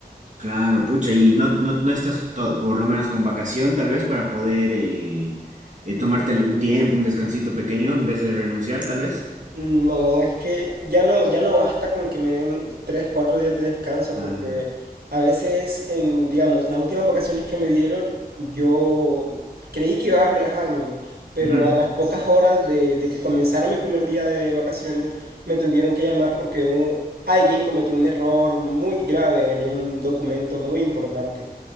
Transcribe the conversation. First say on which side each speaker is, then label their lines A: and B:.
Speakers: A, on the right (about 50°); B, on the right (about 85°).
A: claro, pucha, y no, no, no estás to- por lo menos con vacación, tal vez, para poder eh, eh, tomarte un tiempo, un descansito pequeño, en vez de renunciar, tal vez.
B: No, es que ya no, ya no basta con que me den 3, 4 días de descanso
A: Claro.
B: porque a veces, en, digamos, las últimas vacaciones que me dieron, yo creí que iba a relajarme, pero
A: Ujú.
B: a las pocas horas de, de que comenzara mi primer día de vacaciones, me tuvieron que llamar porque hubo- alguien cometió un error muy grave en un documento muy importante.